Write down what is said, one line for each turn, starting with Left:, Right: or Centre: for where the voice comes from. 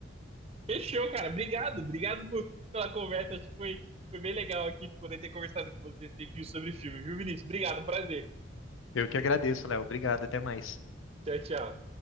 Right: Fechou, cara. Obrigado, obrigado por- pela conversa. Acho que foi, foi bem legal aqui poder ter conversado com você esse tempinho sobre filme, viu, Vinícius? Obrigado, prazer.
Left: Eu que agradeço, Léo. Obrigado, até mais.
Right: Tchau, tchau.